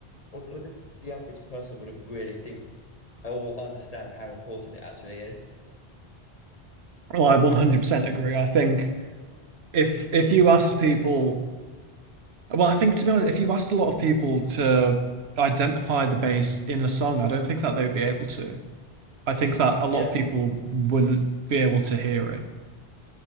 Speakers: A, on the left; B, on the right.
A: or, or just the average person wouldn't really think or understand how important it actually is.
B: Well, I 100% agree. I think if if you asked people, well, I think to be honest, if you asked a lot of people to identify the bass in a song, I don't think that they would be able to. I think that a lot
A: Yeah,
B: of people wouldn't be able to hear it.